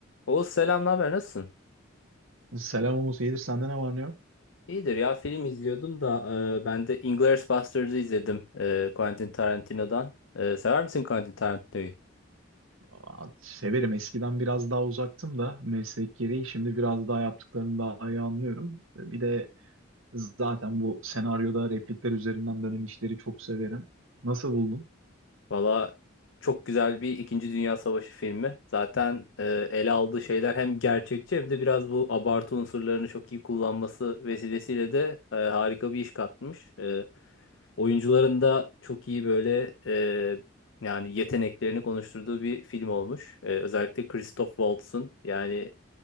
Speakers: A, on the left; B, on the right.
A: Oğuz selam, ne haber? Nasılsın?
B: Selam Umut, iyidir sende ne var ne yok?
A: İyidir ya film izliyordum da e, ben de Inglourious Basterds'ı izledim e, Quentin Tarantino'dan. E, sever misin Quentin Tarantino'yu?
B: Aa, Severim. Eskiden biraz daha uzaktım da meslek gereği şimdi biraz daha yaptıklarını daha iyi anlıyorum. Bir de zaten bu senaryoda replikler üzerinden dönen işleri çok severim. Nasıl buldun?
A: Valla çok güzel bir İkinci Dünya Savaşı filmi. Zaten e, ele aldığı şeyler hem gerçekçi hem de biraz bu abartı unsurlarını çok iyi kullanması vesilesiyle de e, harika bir iş katmış. E, Oyuncuların da çok iyi böyle e, yani yeteneklerini konuşturduğu bir film olmuş. E, özellikle Christoph Waltz'ın yani